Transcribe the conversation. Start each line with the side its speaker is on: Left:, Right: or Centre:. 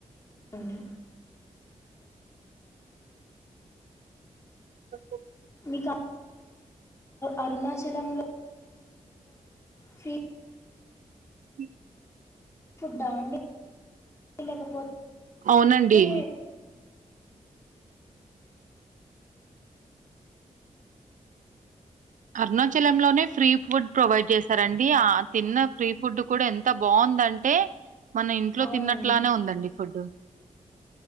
Left: అవునండి
Right: ఉమ్
Left: మీకు అరుణాచలంలో ఫ్రీ.
Right: ఉ
Left: ఫుడ్ ఆ అండి లేకపోతే
Right: అవునండి.
Left: అయితే
Right: అరుణాచలంలోనే ఫ్రీ ఫుడ్ ప్రొవైడ్ చేశారండి. ఆ తిన్న ఫ్రీ ఫుడ్ కూడా ఎంత బాగుందంటే. మన ఇంట్లో
Left: అవునండి
Right: తిన్నట్లానే ఉందండి ఫుడ్.